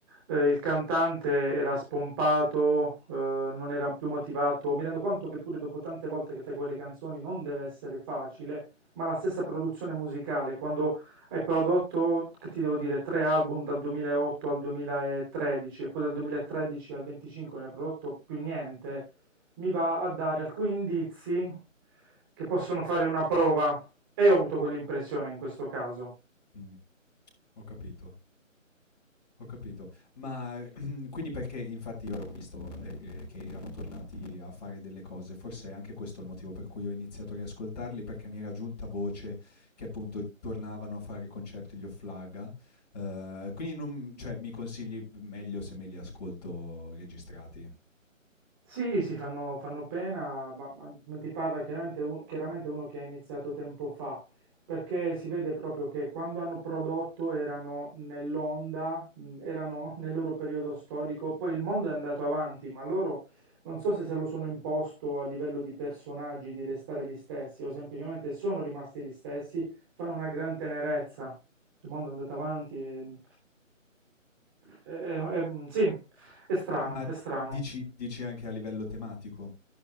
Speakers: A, on the right (about 15°); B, on the left (about 30°).
A: eh, il cantante era spompato, eh, non era più motivato. Mi rendo conto che pure dopo tante volte che fai quelle canzoni non deve essere facile, ma la stessa produzione musicale, quando hai prodotto, che ti devo dire, tre album dal 2008 al 2013 e poi dal 2013 al 25 non hai prodotto più niente, mi va a dare alcuni indizi che possono fare una prova e io ho avuto quell'impressione in questo caso.
B: Mm, ho capito. Ho capito. Ma <clears throat> quindi perché infatti io avevo visto, ehm, ehm, che erano tornati a fare delle cose, forse è anche questo il motivo per cui ho iniziato a riascoltarli, perché mi era giunta voce che appunto tornavano a fare concerti gli Offlaga, uhm, quindi non cioè mi consigli meglio se me li ascolto registrati?
A: Sì, sì, fanno, fanno pena, ma, ma non ti parla chiaramente, un- chiaramente uno che ha iniziato tempo fa, perché si vede proprio che quando hanno prodotto erano nell'onda, mh, erano nel loro periodo storico, poi il mondo è andato avanti, ma loro non so se se lo sono imposto a livello di personaggi di restare gli stessi o semplicemente sono rimasti gli stessi, fanno una gran tenerezza. Il mondo è andato avanti e... e- e- e- sì, è strano,
B: Ma
A: è strano.
B: dici dici anche a livello tematico